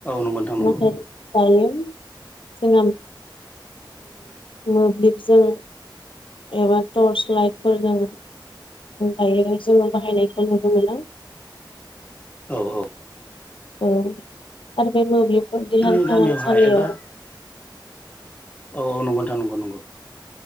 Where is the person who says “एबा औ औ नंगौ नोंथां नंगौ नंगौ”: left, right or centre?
Left